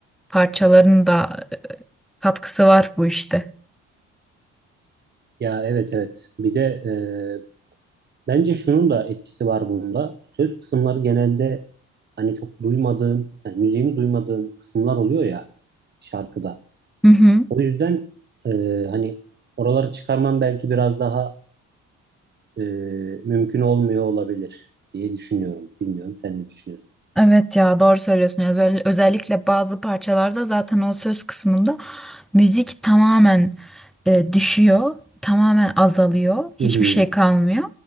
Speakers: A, in the centre; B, on the right.
A: parçaların da e, katkısı var bu işte.
B: Ya evet evet. Bir de e, bence şunun da etkisi var bunda. Söz kısımları genelde hani çok duymadığın, hani müziğini duymadığın kısımlar oluyor ya şarkıda.
A: Hı hı.
B: O yüzden e, hani oraları çıkarmam belki biraz daha e, mümkün olmuyor olabilir diye düşünüyorum. Bilmiyorum sen ne düşünüyorsun?
A: Evet ya doğru söylüyorsun. Özel- özellikle bazı parçalarda zaten o söz kısmında müzik tamamen e, düşüyor, tamamen azalıyor, hiçbir
B: Hı hı.
A: şey kalmıyor.